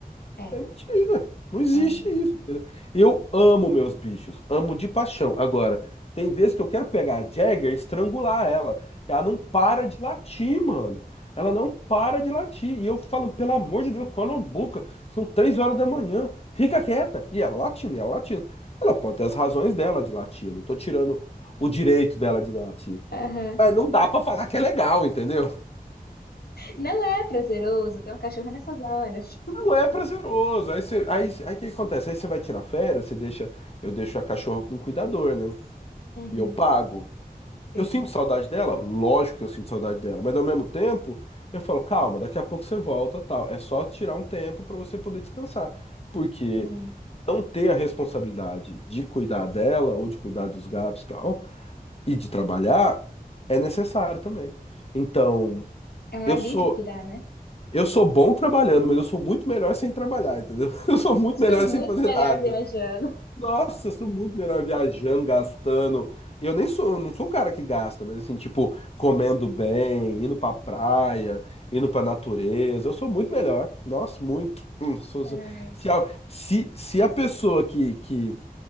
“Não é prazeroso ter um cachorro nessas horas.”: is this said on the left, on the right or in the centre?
Left